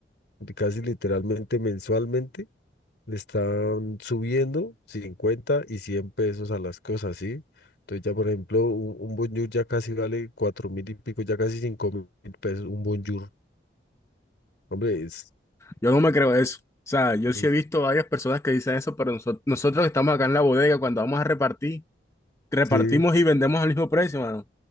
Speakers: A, on the left; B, on the left.
A: de- casi literalmente mensualmente, le están subiendo 50 y 100 pesos a las cosas, ¿sí? Entonces ya, por ejemplo, un, un bonjour ya casi vale cuatro mil y pico, ya casi cinco mil pesos, un bonjour. Hombre, es,
B: Yo no me creo eso. O sea, yo sí
A: es-
B: he visto varias personas que dicen eso, pero noso- nosotros que estamos acá en la bodega, cuando vamos a repartir, repartimos
A: sí.
B: y vendemos al mismo precio, mano.